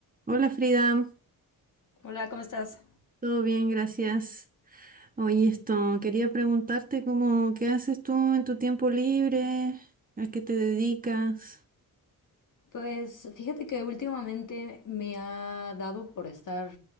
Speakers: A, on the right (about 25°); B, on the left (about 55°).
A: Hola Frida,
B: Hola, ¿cómo estás?
A: todo bien, gracias. Oye, esto, quería preguntarte cómo, ¿qué haces tú en tu tiempo libre? ¿A qué te dedicas?
B: Pues fíjate que últimamente me ha dado por estar